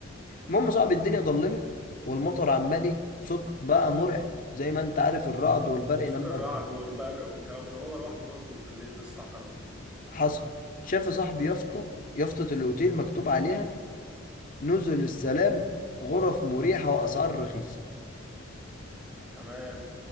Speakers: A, on the left; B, in the centre.
A: المهم يا صاحبي الدنيا ضلمت والمطر عمال ايه صوت بقى مرعب زي ما انت عارف الرعد والبرق
B: صوت
A: لما
B: الرعد والبرق والكلام ده وهو لوحده برضه في الليل في الصحراء وكده
A: حصل شاف يا صاحبي يافطه يافطه الاوتيل مكتوب عليها نزل السلام غرف مريحة وأسعار رخيصة
B: تمام